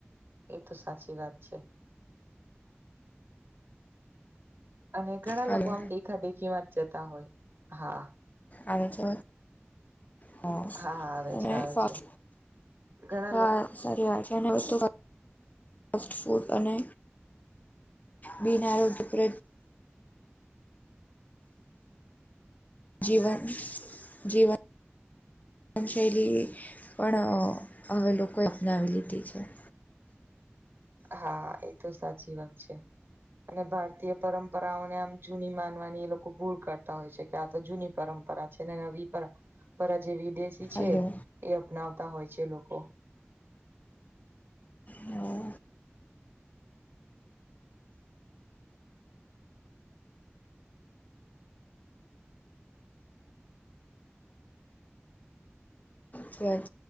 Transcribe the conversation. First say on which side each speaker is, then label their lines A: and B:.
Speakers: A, on the right (about 65°); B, on the left (about 40°).
A: એ તો સાચી વાત છે. અને ઘણા
B: હાલો
A: લોકો આમ દેખા દેખી માં જ જતા હોય હા.
B: અને કે હ
A: હા આવે
B: અનેને
A: છે આવે
B: વાત
A: છે ઘણા
B: હ
A: લોકો
B: સારી આવે છે અને વસ્ુ ફ ફૂડ અને બના રોડ ઉપર જીવન જીવન જીવન શૈલી પણ હવે લોકોએ અપનાવી લીધી છે.
A: હા એ તો સાચી વાત છે. અને ભારતીય પરંપરાઓને આમ જૂની માનવાની એ લોકો ભૂલ કરતા હોય છે. આ તો જૂની પરંપરા છે ને નવી પરંપરા પર આ જે વિદેશી છે
B: હલો
A: એ અપનાવતા હોય છે લોકો
B: હમ સાચી વાત